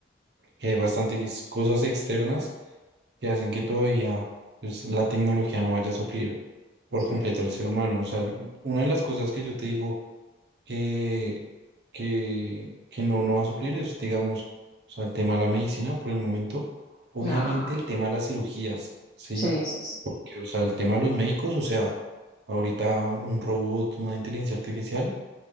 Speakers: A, on the right; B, on the left.
A: que hay bastantes cosas externas que hacen que todavía pues, la tecnología no vaya a suplir por
B: Sí.
A: completo al ser humano. O sea, una de las cosas que yo te digo que, que, que no, no va a suplir es, digamos, o sea, el tema de la medicina por el momento. Obviamente
B: No.
A: el tema de las cirugías, ¿sí?
B: Sí, sí, sí.
A: Que, o sea, el tema de los médicos, o sea, ahorita un robot, una inteligencia artificial,